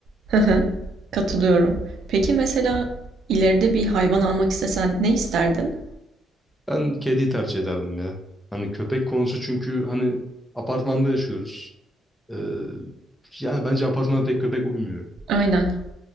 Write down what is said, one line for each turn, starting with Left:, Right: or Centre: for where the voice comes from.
Right: Hı hı. Katılıyorum. Peki mesela ileride bir hayvan almak istesen ne isterdin?
Centre: Ben kediyi tercih ederdim ya. Hani köpek konusu çünkü hani apartmanda yaşıyoruz. Ee, yani bence apartmana pek köpek uymuyor.
Right: Aynen.